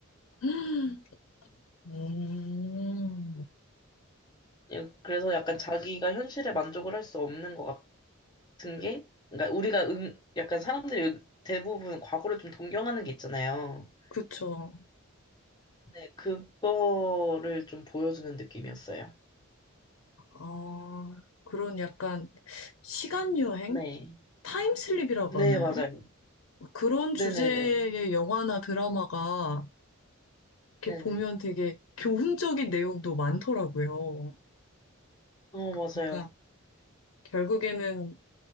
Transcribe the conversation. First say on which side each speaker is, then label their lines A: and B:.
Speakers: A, on the left; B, on the left.
A: <gasps> 음,
B: 예, 그래서 약간 자기가 현실에 만족을 할 수 없는 것 같은 게, 그러니까 우리가 응, 약간 사람들이 대부분 과거를 좀 동경하는 게 있잖아요.
A: 그쵸.
B: 네, 그거를 좀 보여주는 느낌이었어요.
A: 아, 그런 약간 시간 여행?
B: 네.
A: 타임슬립이라고
B: 네,
A: 하나요?
B: 맞아요.
A: 그런 주제의
B: 네네네.
A: 영화나 드라마가 이렇게
B: 네네.
A: 보면 되게 교훈적인 내용도 많더라고요.
B: 어, 맞아요.
A: 그러니까 결국에는